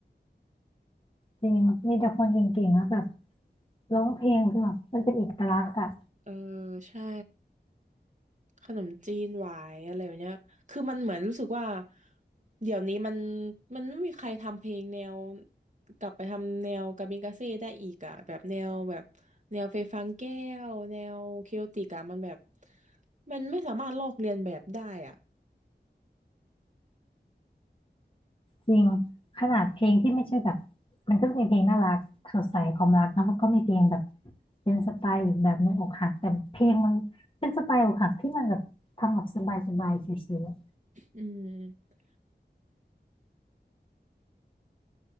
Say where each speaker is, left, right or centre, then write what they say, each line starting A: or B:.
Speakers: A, on the left; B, on the right.
A: จริงมีแต่คนเก่งๆแล้วแบบร้องเพลงคือแบบมันเป็นเอกลักษณ์อะ
B: เออใช่ขนมจีนหวายอะไรแบบเนี้ยคือมันเหมือนรู้สึกว่าเดี๋ยวนี้มันมันไม่มีใครทำเพลงแนวกลับไปทำแนวกามิกาเซ่ได้อีกอะแบบแนวแบบแนวเฟยฟางแก้วแนวเคโอติกอะมันแบบมันไม่สามารถลอกเลียนแบบได้อ่ะ
A: จริงขนาดเพลงที่ไม่ใช่แบบมันก็จะมีเพลงน่ารักสดใสความรักเนอะแล้วก็มีเพลงแบบเป็นสไตล์อีกแบบหนึงอกหักแต่เพลงมันเป็นสไตล์อกหักที่มันแบบทำแบบสบายสบายชิวๆอะ
B: อืม